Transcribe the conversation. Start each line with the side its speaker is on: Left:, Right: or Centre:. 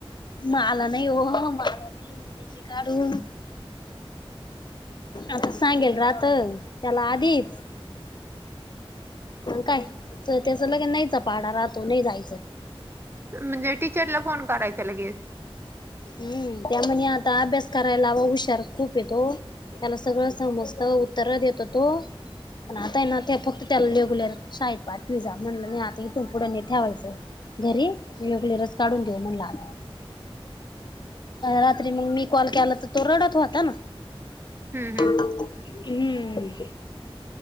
Left: मला नाही. हो, मला नाही. मी देते काढून, आता सांगेल राहतं. त्याला आधीच काय तर, त्याच लगेन नाहीचा पाडा राहतो नाही जायचं.
Right: म्हणजे टीचरला फोन करायचा लगेच.
Left: हम्म त्या म्हणे, आता अभ्यास कराय लावा हुशार खूप हे तो त्याला सगळं समजत उत्तर देतो तो, पण आता हाय ना ते फक्त त्याला रेगुलर शाळेत पाठवी जा म्हणलं, नई आता इथून पुढं नाही ठेवायचं. घरी, रेगुलरच काढून देऊ म्हणलं आता. रात्री मग मी कॉल केला तर तो रडत होता ना. हम्म
Right: हम्म हम्म